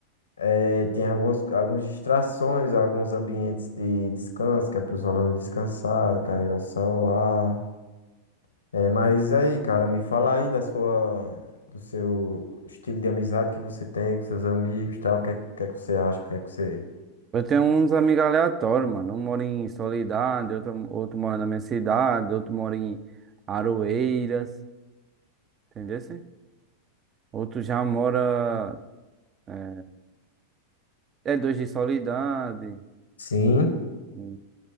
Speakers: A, on the left (about 70°); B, on the right (about 25°).
A: É, tem algumas, algumas distrações, alguns ambientes de descanso, que é para os alunos descansar, carregar o celular. É, mas aí, cara, me fala aí da sua, do seu estilo de amizade que você tem com seus amigos, tal. O que, é- o que é que você acha? O que é que você...
B: Eu tenho uns amigos aleatórios, mano. Um mora em Soledade, outro, outro mora na minha cidade, outro mora em Aroeiras, entendeu? Outro já mora. É, é dois de Soledade.
A: Sim,
B: Hum.